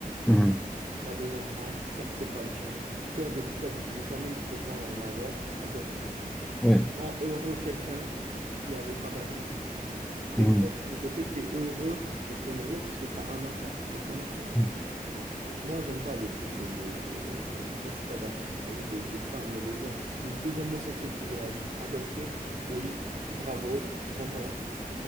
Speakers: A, in the centre; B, on the right.
A: Mmh.
B: Tu as des enfants, certes, c'est pas le tien. Toi, de toi, de toi-même, tu peux pas en avoir, adopte.
A: Ouais.
B: Rends heureux quelqu'un qui avait pas d'avenir, tu vois.
A: Mmh.
B: Et toi, de ton côté, tu es heureux pour ton ego parce que tu as un enfant, c'est ton enfant.
A: Mmh.
B: Moi, j'aime pas les trucs de, de, de- comme ça. Ça, je suis pas d'accord. T'as vu, les, les femmes et les hommes, les deux homosexuels qui veulent ad- adopter, oui, bravo, je suis content.